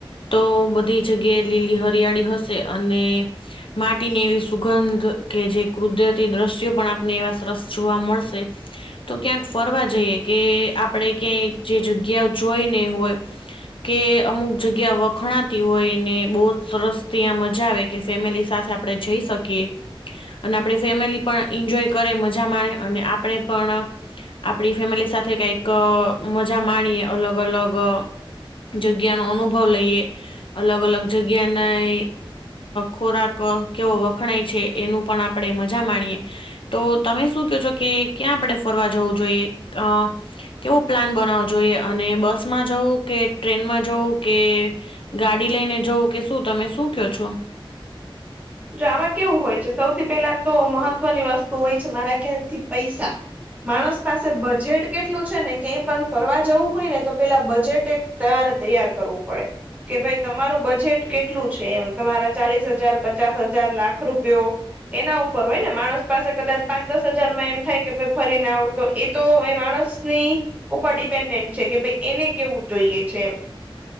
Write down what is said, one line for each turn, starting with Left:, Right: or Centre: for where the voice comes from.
Left: તો બધી જગ્યાએ લીલી હરિયાળી હશે અને માટીની એવી સુગંધ કે જે કુદરતી દ્રશ્યો પણ આપણને એવા સરસ જોવા મળશે. તો ક્યાંક ફરવા જઈએ કે આપણે ક્યાંય જે જગ્યા જોઈ ના હોય. કે અમુક જગ્યા વખણાતી હોય ને બહુ જ સરસ ત્યાં મજા આવે. કે ફેમિલી સાથે આપણે જઈ શકીએ. અને આપણી ફેમિલી પણ એન્જોય કરે, મજા માણે અને આપણે પણ આપણી ફેમિલી સાથે કઈક અ મજા માણીએ. અલગ અલગ જગ્યાનો અનુભવ લઈએ, અલગ અલગ જગ્યાના ખોરાક કેવો વખણાય છે, એની પણ આપણે મજા માણીએ. તો તમે શું કહો છો, કે ક્યાં આપણે ફરવા જવું જોઈએ અ કેવો પ્લાન બનાવવો જોઈએ અને બસમાં જવું કે, ટ્રેનમાં જવું કે ગાડી લઈને જવું કે તમે શું કયો છો?
Right: જો આમાં કેવું હોય છે, સૌથી પહેલા તો મહત્વની વસ્તુ હોય છે, મારા ખ્યાલથી પૈસા માણસ પાસે બજેટ કેટલું છે ને, કંય પણ ફરવા જવું હોયને તો પહેલા બજેટ એક તમારે તૈયાર કરવું પડે. કે ભાઈ તમારું બજેટ કેટલું છે, એમ તમારા ચાલીસ હજાર પચાસ હજાર, લાખ રૂપિયા એના ઉપર હોયને, માણસ પાસે કદાચ પાંચ દસ હજારમાં એમ થાય કે ભાઈ ફરીને આવું, તો એ તો માણસ ની ઉપર ડિપેન્ડન્ટ છે કે ભાઈ એને કેવું જોઈએ છે એમ